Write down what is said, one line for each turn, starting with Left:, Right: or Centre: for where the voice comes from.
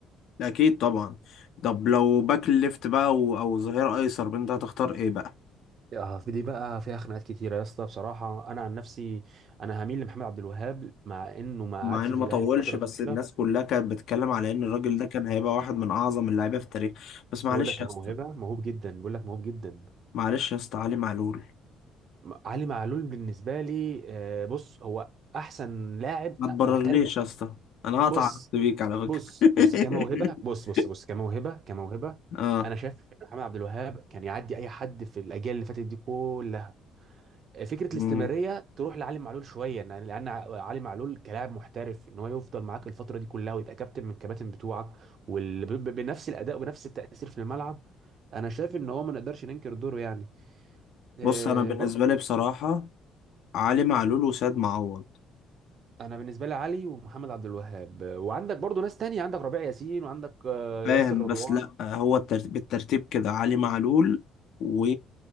Left: اكيد طبعا طب لو باك ليفت بقى و... او ظهير ايسر انت هتختار ايه بقى
Right: آه، في دي بقى فيها خناقات كتيره يا اسطى بصراحه انا عن نفسي انا هميل لمحمد عبد الوهاب مع انه ما
Left: مع
Right: قعدش
Left: انه
Right: في
Left: ما
Right: الاهلي
Left: طولش
Right: فتره
Left: بس
Right: طويله
Left: الناس كلها كانت بتتكلم على ان الراجل ده كان هيبقى واحد من اعظم اللعيبه في التاريخ بس
Right: بيقول
Left: معلش
Right: لك
Left: يا
Right: يا
Left: اسطى
Right: موهبه موهوب جدا بيقول لك موهوب جدا
Left: معلش يا اسطى علي معلول
Right: م- علي معلول بالنسبه لي آه، بص هو احسن لاعب
Left: ما تبررليش
Right: محترف
Left: يا اسطى انا هقطع
Right: بص
Left: علاقتي بيك على
Right: بص
Left: فكره <laughs>
Right: بص كموهبه بص بص بص كموهبه كموهبه
Left: اه
Right: انا شايف إن محمد عبد الوهاب كان يعدي اي حد في الاجيال اللي فاتت دي كلها فكره الاستمراريه
Left: مم.
Right: تروح لعلي معلول شويه إن- لان علي معلول كلاعب محترف ان هو يفضل معاك الفتره دي كلها ويبقى كابتن من الكباتن بتوعك وبنفس الاداء وبنفس التاثير في الملعب انا شايف ان هو ما نقدرش ننكر دوره يعني آه،
Left: بص انا بالنسبه
Right: برضه
Left: لي بصراحه علي معلول وسيد معوض
Right: انا بالنسبه لي علي ومحمد عبد الوهاب آه، وعندك برضه ناس تانية عندك ربيع ياسين وعندك آه،
Left: فاهم
Right: ياسر رضوان
Left: بس لا هو الترتيب بالترتيب كده علي معلول و